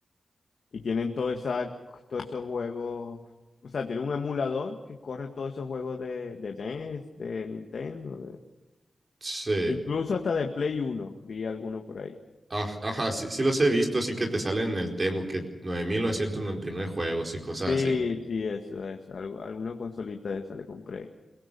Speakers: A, on the left; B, on the right.
A: Y tienen todo esa, todos esos juegos. O sea, tiene un emulador que corre todos esos juegos de, de NES, de Nintendo.
B: sí.
A: Incluso hasta de Play uno vi alguno por ahí.
B: Aj- Ajá, sí, sí los he visto, así que te salen en el Temu, que 9.999 juegos y cosas
A: Sí,
B: así.
A: sí, eso es. algo- alguna consolita de esa le compré.